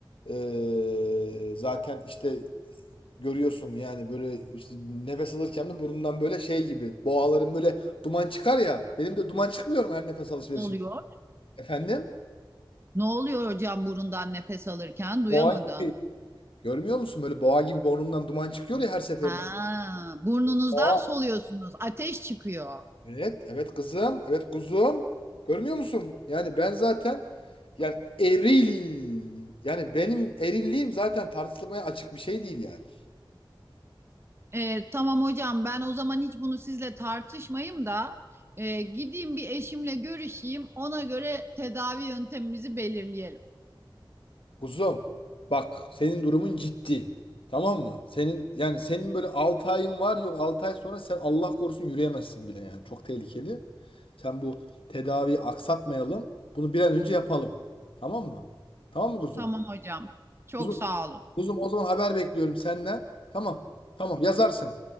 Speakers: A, on the left; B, on the right.
A: Ee, zaten işte görüyorsun yani böyle işte nefes alırken de burnumdan böyle şey gibi boğaların böyle duman çıkar ya. Benim de duman çıkmıyor mu her nefes alışverişim?
B: Ne oluyor?
A: Efendim?
B: Ne oluyor hocam burundan nefes alırken? Duyamadım.
A: Boğa gibi. Görmüyor musun? Böyle boğa gibi burnumdan duman çıkıyor ya her seferinde.
B: Ha, burnunuzdan
A: Boğa.
B: soluyorsunuz. Ateş çıkıyor.
A: Evet, evet kızım, evet kuzum. Görmüyor musun? Yani ben zaten yani eril. Yani benim erilliğim zaten tartışılmaya açık bir şey değil yani.
B: Ee, tamam hocam ben o zaman hiç bunu sizle tartışmayayım da e, gideyim bir eşimle görüşeyim. Ona göre tedavi yöntemimizi belirleyelim.
A: Kuzum bak senin durumun ciddi. Tamam mı? Senin yani senin böyle 6 ayın var yok 6 ay sonra sen Allah korusun yürüyemezsin bile yani. Çok tehlikeli. Sen bu tedaviyi aksatmayalım. Bunu bir an önce yapalım. Tamam mı? Tamam mı kuzum?
B: Tamam hocam. Çok
A: Kuzum,
B: sağ olun.
A: kuzum o zaman haber bekliyorum senden. Tamam. Tamam yazarsın.